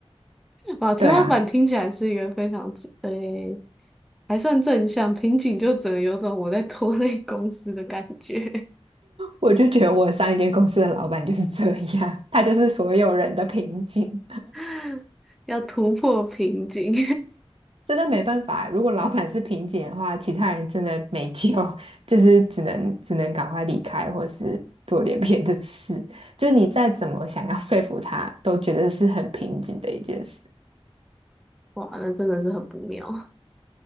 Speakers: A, in the centre; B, on the right.
A: 啊，天花板听起来是一个非常正诶、
B: 对啊，
A: 还算正向，瓶颈就只能有种我在拖累公司的感觉，
B: 我就觉得我上一间公司的老板就是这样，他就是所有人的瓶颈。
A: <laughs> 要突破瓶颈，
B: 真的没办法。如果老板是瓶颈的话，其他人真的没救，<laughs> 就是只能只能赶快离开，或是做点别的事。就是你再怎么想要说服他，都觉得是很瓶颈的一件事。
A: <laughs> 哇，那真的是很不妙。